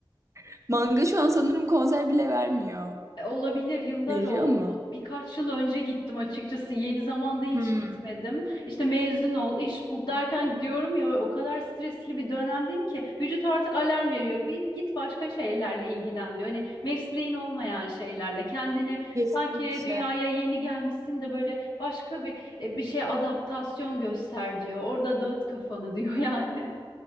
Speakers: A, on the right; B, on the left.
A: <laughs> manga şu an sanırım konser bile vermiyor.
B: E, olabilir, yıllar
A: Veriyor
B: oldu.
A: mu?
B: Birkaç yıl önce gittim açıkçası. Yeni zamanda hiç
A: Hmm,
B: gitmedim. İşte mezun ol, iş bul derken diyorum ya o kadar stresli bir dönemdeyim ki vücut artık alarm veriyor. Bir git başka şeylerle ilgilen diyor. Hani mesleğin olmayan şeylerle kendini
A: kesinlikle.
B: sanki dünyaya yeni gelmişsin de böyle başka bir e, bir şey adaptasyon göster diyor. Orada dağıt kafanı <laughs> diyor yani.